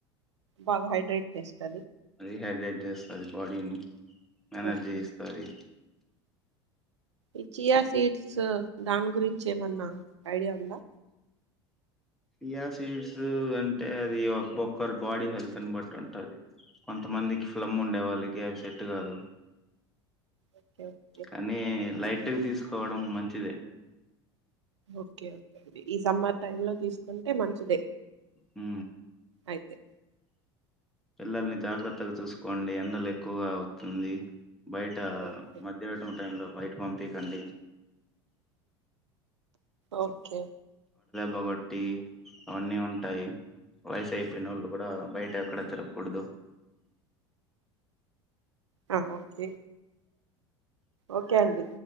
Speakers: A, on the right; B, in the centre.
A: బాగా హైడ్రేట్ చేస్తది
B: రీహైడ్రేట్ చేస్తది బాడిన్ని ఎనర్జీ
A: ఓకే
B: ఇస్తది
A: ఈ చియా సీడ్స్ దాని గురించి ఏమన్నా ఐడియా ఉందా
B: పియా సీడ్సు అంటే అది ఒక్ బొక్కరు బాడీ హెల్త్ అని బట్టి ఉంటాది కొంతమందికి ఫ్లమ్ ఉండే వాళ్ళకి అవి సెట్ కాదు
A: ఓకే ఓకే
B: కానీ లైట్ ఇవి తీసుకోవడం మంచిదే
A: ఓకేే ఓకే అండి ఈ సమ్మర్ టైమ్ లో తీసుకుంటే మంచిదే
B: ఊ
A: అయితే
B: పిల్లల్ని జాగ్రత్తగా చూసుకోండి ఎండలు ఎక్కువగా అవుతుంది బయట
A: ఓకే
B: మధ్యాటం టైం లో నైట్ పంపి కండి
A: ఓకే
B: కాబట్టి అవన్నీ ఉంటాయి వయసు అయిపోయిన వాళ్ళు కూడా బయట ఎక్కడ తిరగకూడదు
A: ఆ ఓకే ఓకే అండి